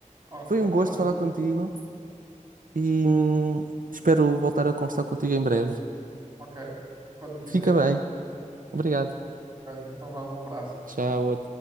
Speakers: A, on the right (about 35°); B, on the right (about 85°).
A: ok,
B: Foi um gosto
A: fazes
B: falar
A: muito
B: contigo
A: bem.
B: e hum, espero voltar a conversar contigo em breve.
A: Ok, quando quiseres.
B: Fica bem. Obrigado.
A: Ok, Então vá, um abraço,
B: Tchau.
A: tchau, tchau.